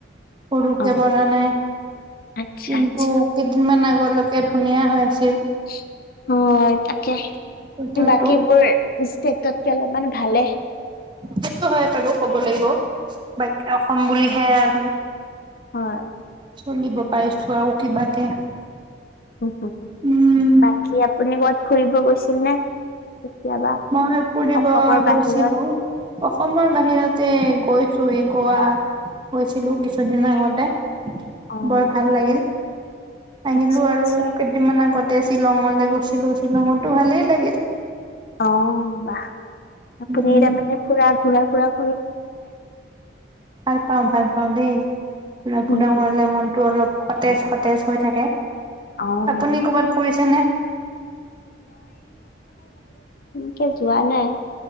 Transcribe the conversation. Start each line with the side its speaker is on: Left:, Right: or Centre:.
Right: সৰুকে
Left: অ',
Right: বনা নাই
Left: আচ্ছা
Right: কিন্তু
Left: আচ্ছা
Right: কেইদিনমান আগত।। লোকে ধুনীয়া হৈ আছিল।
Left: সি অ আইতা কে
Right: বতৰটো
Left: বাকীবোৰ ষ্টেটত কে অলপমান ভালে।।
Right: সেইটো হয় বাৰু, ক'ব লাগিব। বাকী অসম বুলিহে আৰু।।
Left: হয়।
Right: চলিব পাৰিছোঁ আৰু কিবাকে।
Left: হুম হুম হু
Right: উম
Left: বাকি আপুনি কত- ফুৰিব গৈছিল নে? কেতিয়াবা
Right: মমে ফুৰিব
Left: অসমৰ বাহিৰত?
Right: গৈছিলোঁ, অসমৰ বাহিৰতে গৈ- চোঁ, এই গোৱা- গৈছিলো কিছুদিনৰ আগতে।
Left: অ',
Right: বৰ ভাল লাগিল, আহিলোঁ
Left: আচ্ছা আচ্ছা
Right: আৰু কেইদিনমান আগত- তে শ্বিলঙলৈ গৈছিলো শ্বিলঙততো ভালেই লাগিল।
Left: অহ বাহ। আপুনি
Right: উম
Left: তাৰমানে ফুৰা, ঘূৰা-ফুৰা -
Right: ভাল পাওঁ, ভাল পাওঁ দেই। ঘুৰা-ফুৰা
Left: উম,
Right: কৰিলে মনটো অলপ- সতেজ সতেজ হৈ থাকে।
Left: অ',
Right: আপুনি কৰবাত ফুৰিছে নে?
Left: কে যোৱা নাই,